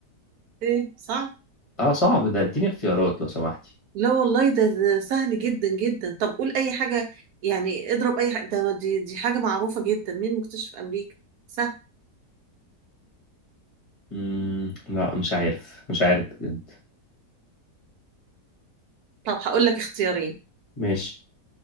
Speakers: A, on the right; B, on the left.
A: ايه صعب
B: اه صعب ده اديني اختيارات لو سمحتي
A: لا والله ده, ده سهل جدا جدا طب قول اي حاجه يعني اضرب اي حاجه ده دي, دي حاجه معروفه جدا مين مكتشف امريكا سهل
B: مم. لا مش عارف مش عارف بجد
A: طب هقول لك اختيارين
B: ماشي